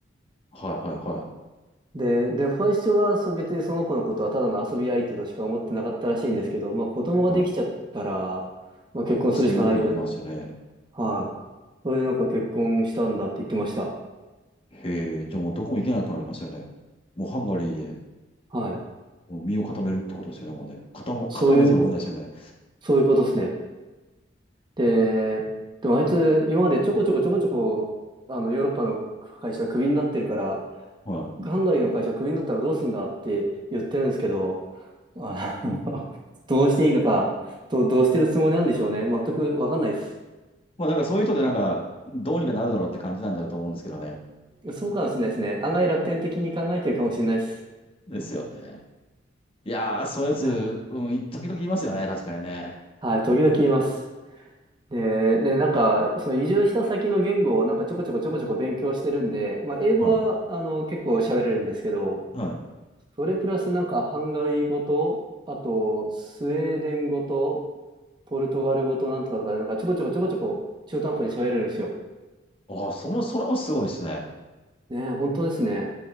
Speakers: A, on the left; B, on the right.
A: はい、はい、はい。
B: で、で、最初はそは別にその子のことはただの遊び相手としか思ってなかったらしいんですけど、まあ子供ができちゃったら、
A: はい
B: まあ結婚するしかないよね。
A: まあ、そういうわけにはいかんですよね。
B: はい。それでなんか結婚したんだって言ってました。
A: へえ、じゃあもうどこも行けなくなりますよね。もうハンガリーで
B: はい。
A: もう身を固めるってことですよね、もうね。固ま、
B: そういう、
A: 固めざるを得ないですよね。
B: そういうことですね。で、でもあいつ今までちょこちょこちょこちょこ、あのヨーロッパの会社クビになってるから、
A: はい。
B: ハンガリーの会社クビになったらどうすんだって言ってるんですけど、あの <laughs> どうしていいのか、どう、どうしてるつもりなんでしょうね。全くわかんないです。
A: もうなんかそういう人でなんか、どうにかなるだろうって感じなんだと思うんですけどね。
B: そうかもしれないですね。案外楽天的に考えてるかもしれないです。
A: ですよね。いやー、そういうやつ、
B: いや、
A: うん、時々いますよね、確かにね。
B: はい、時々言います。
A: うん
B: で、ね、なんか、その移住した先の言語をなんかちょこちょこちょこちょこ勉強してるんで、まあ、英語は、
A: は
B: あの、結構喋れるんですけど、
A: い。はい。
B: それプラスなんかハンガリー語と、あと、スウェーデン語と、ポルトガル語となんとかとかで、なんかちょこちょこちょこちょこ中途半端に喋れるんですよ。
A: ああ、そも、それもすごいですね。
B: ね、本当ですね。